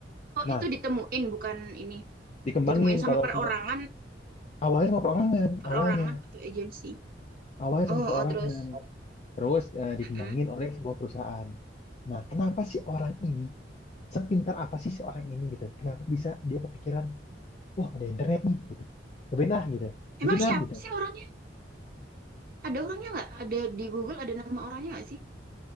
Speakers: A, on the right; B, on the left.
A: Oh,
B: Nah,
A: itu ditemuin bukan ini.
B: dikembangin
A: Ditemuin sama
B: kalau
A: perorangan,
B: sem- awalnya sama perorangan,
A: perorangan
B: awalnya.
A: atau agensi.
B: Awalnya
A: Oh,
B: sama perorangan.
A: oh terus.
B: Terus eh, dikembangin
A: Mm-mm.
B: oleh sebuah perusahaan. Nah, kenapa sih orang ini, sepintar apa sih seorang ini gitu? Kenapa bisa dia kepikiran, wah ada internet nih gitu. Cobain ah gitu, bikin
A: Emang siapa
B: ah gitu.
A: sih orangnya? Ada orangnya nggak? Ada di Google ada nama orangnya nggak sih?